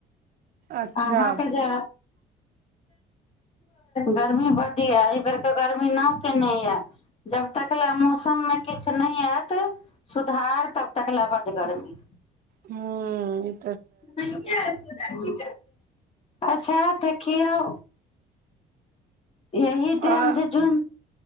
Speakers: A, on the right; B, on the left.
A: अच्छा
B: अहाँके जे गर्मी बड एहि बेरके गर्मी न कयने यए जब तकलए मौसममे किछु नहि आयत सुधार तब तकले बड गरमी
A: हँ
B: नहि आएल छला की अच्छा त देखियौ यहीं टाइम
A: आओर
B: से जून